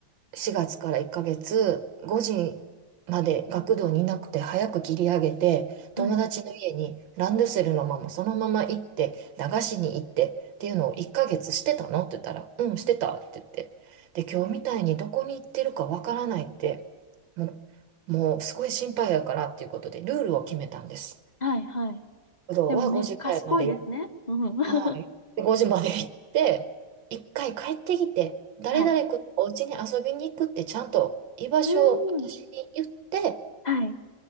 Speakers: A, on the right (about 80°); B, on the left (about 30°).
A: 4月から1ヶ月、5時まで学童にいなくて早く切り上げて、
B: はい、
A: 友達の家にランドセルのままそのまま行って、駄菓子に行ってっていうのを1ヶ月してたのって言ったら、うん、してたって言って。で、今日みたいにどこに行ってるかわからないって、もう、もうすごい心配やからっていうことで、ルールを決めたんです。
B: はい、はい。
A: 学童は5時くらいまでや
B: でもね、賢いですね。うん。
A: はい。
B: <laughs>
A: で5時まで行って、一回帰ってきて、誰々君のお家に遊びに行くってちゃんと居場所を私に言って、
B: はい。うーん。はい。